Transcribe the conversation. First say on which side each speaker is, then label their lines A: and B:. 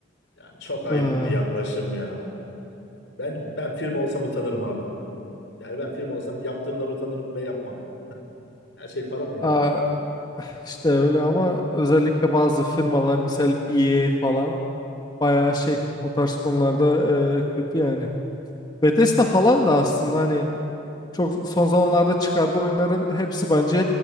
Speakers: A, on the left (about 65°); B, on the left (about 20°).
A: Yani çok ayıp
B: Ee,
A: bir yaklaşım ya. Ben ben firma olsam utanırım abi. Yani ben firma olsam yaptığımdan utanırım ve yapmam. Her şey para mı ya?
B: aa, işte öyle ama özellikle bazı firmalar misal EA falan bayağı şey o tarz konularda e, kötü yani. Bethesda falan
A: Ha,
B: da aslında hani Çok son zamanlarda çıkardığı oyunların hepsi bence